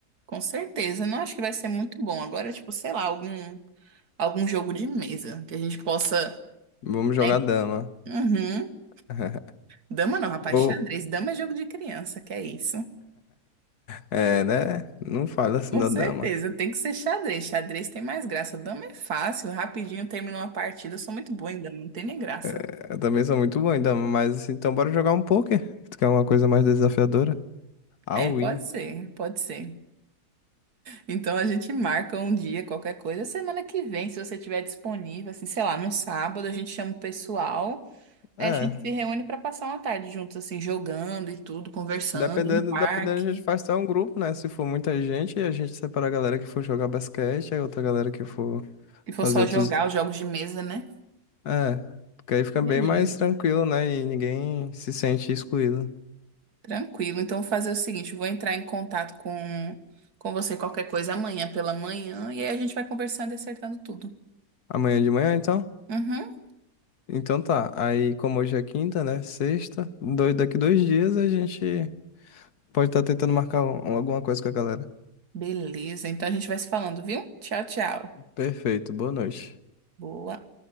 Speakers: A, on the right; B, on the left.
A: Com certeza, não acho que vai ser muito bom. Agora, tipo, sei lá, algum, algum jogo de mesa que a gente possa,
B: Vamos jogar
A: né?
B: dama.
A: Uhum.
B: <laughs>
A: Dama não, rapaz,
B: Ou,
A: xadrez. Dama é jogo de criança, que é isso.
B: é, né? Não fala assim
A: Com
B: da
A: certeza,
B: dama.
A: tem que ser xadrez. Xadrez tem mais graça. Dama é fácil, rapidinho terminou uma partida. Eu sou muito boa em dama, não tem nem graça.
B: É, eu também sou muito bom em dama, mas assim, então bora jogar um poker. Tu quer uma coisa mais desafiadora? All
A: É, pode
B: in.
A: ser, pode ser. Então a gente marca um dia, qualquer coisa, semana que vem, se você tiver disponível, assim, sei lá, num sábado, a gente chama o pessoal.
B: É.
A: É, a gente se reúne pra passar uma tarde juntos, assim, jogando e tudo, conversando
B: Dependendo,
A: no parque.
B: dependendo, a gente faz até um grupo, né? Se for muita gente, a gente separa a galera que for jogar basquete, aí outra galera que for
A: Se for
B: fazer
A: só
B: outros.
A: jogar os jogos de mesa, né?
B: É. Porque aí fica
A: Beleza.
B: bem mais tranquilo, né? E ninguém se sente excluído.
A: Tranquilo. Então, vou fazer o seguinte: vou entrar em contato com, com você qualquer coisa amanhã pela manhã e aí a gente vai conversando e acertando tudo.
B: Amanhã de manhã, então?
A: Uhum.
B: Então tá. Aí, como hoje é quinta, né? Sexta. Dois, daqui dois dias a gente pode estar tentando marcar um- alguma coisa com a galera.
A: Beleza. Então, a gente vai se falando, viu? Tchau, tchau.
B: Perfeito. Boa noite.
A: Boa.